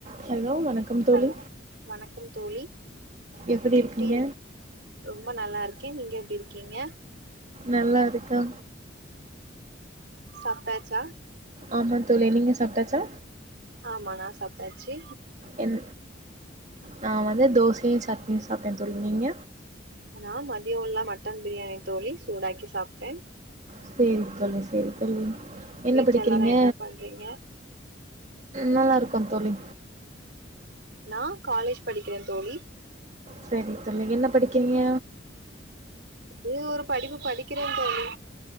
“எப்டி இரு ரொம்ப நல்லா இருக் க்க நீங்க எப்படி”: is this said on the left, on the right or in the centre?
Right